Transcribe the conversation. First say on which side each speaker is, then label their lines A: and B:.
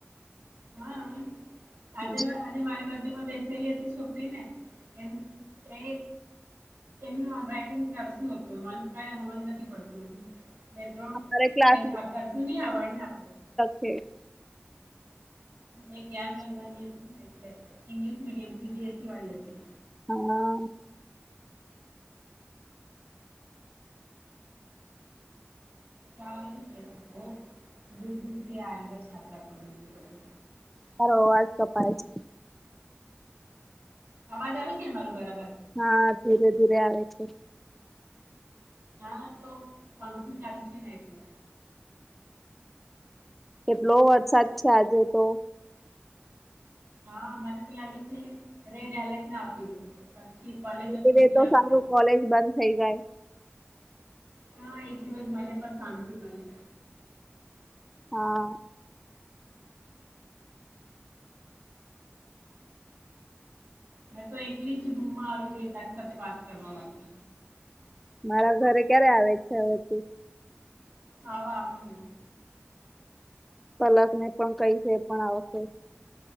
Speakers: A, on the right (about 75°); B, in the centre.
A: હા, આજે
B: હા,
A: મે આજે મારી બાજુ માં બેસેલી હતી છોકરીને એમ એ એનુ આ રાઈટીંગ કરશું હતું માને તો કઇ હમજ નથી પડતુ હતું. એ ત્રણએક
B: અમારે ક્લાસ
A: આ કર્ષીવ ની આવડે ને આપણ ને.
B: હે <unintelligible>
A: એ જ્ઞાનગઁગા ની હતી, એટલે English medium C B S C વાળી હતી.
B: ઓહ.
A: સારું છે લોક બો દૂર- દૂરથી આયવા છે. આપણા કોલેજમાં તો.
B: તારો અવાજ કપાય છે.
A: અવાજ આવે છે ને મારું બરાબર.
B: હા ધીરે -ધીરે આવે છે.
A: હા, તો પંખો ચાલુ છે ને એટલે.
B: કેટલો વરસાદ છે આજે તો?
A: હા, મને તો લાગે છે રેડ એલર્ટ ના આપી દે. પછી કોલેજમાં
B: આપી
A: છુટ્ટી
B: દેય તો
A: આપશે
B: સારું કોલેજ બંધ થઇ જાય.
A: હા એક દિવસ મને પણ શાંતિ મલે.
B: હા.
A: મેં તો એકલી જ રૂમમાં આવી ગઈ તારી સાથે વાત કરવા માટે.
B: મારા ઘરે ક્યારે આવે છે હવેથી.
A: આવા-આવા મે.
B: પલક ને પણ કઈદે એ પણ આવશે.